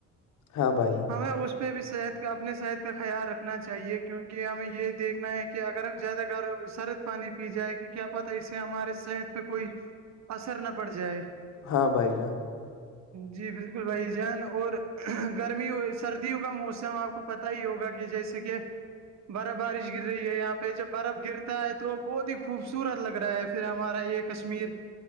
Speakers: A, on the left; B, on the right.
A: ہاں بھائی
B: ہمیں اس پہ بھی صحت کا اپنے صحت کا خیال رکھنا چاہیے کیونکہ ہمیں یہ دیکھنا ہے کہ اگر زیادہ گر سرد پانی پی جائے کہ کیا پتا ہے اس سے ہمارے صحت پہ کوئی اثر نہ پڑ جائے
A: ہاں بھائی جان
B: جی بالکل بھائی جان اور گرمی سردیوں کا موسم آپ کو پتا ہی ہوگا کہ جیسے کہ برف بارش گر رہی ہے یہاں پہ جب برف گرتا ہے تو بہت ہی خوبصورت لگ رہا ہے پھر ہمارا ایک کشمیر